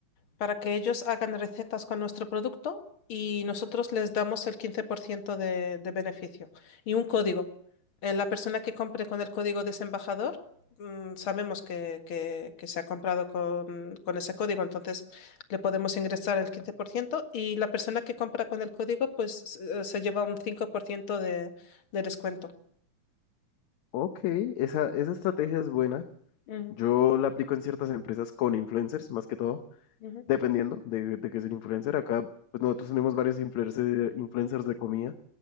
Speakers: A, on the left; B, on the left.
A: para que ellos hagan recetas con nuestro producto y nosotros les damos el 15% de, de beneficio y un código. Eh, la persona que compre con el código de ese embajador, mm, sabemos que, que- que se ha comprado con, con ese código, entonces le podemos ingresar el 15% y la persona que compra con el código pues eh, se lleva un 5% de, de descuento.
B: Ok, esa, esa estrategia es buena.
A: Ujú,
B: Yo la aplico en ciertas empresas con influencers, más que todo,
A: ujú.
B: dependiendo de, de qué es el influencer. Acá, pues nosotros tenemos varios influencer- influencers de comida,